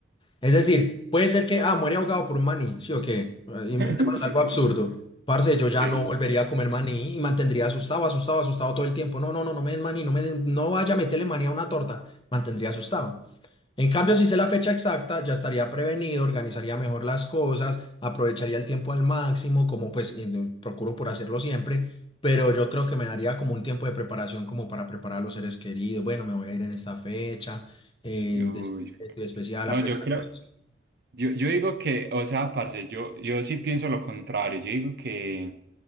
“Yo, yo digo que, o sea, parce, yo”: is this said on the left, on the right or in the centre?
Right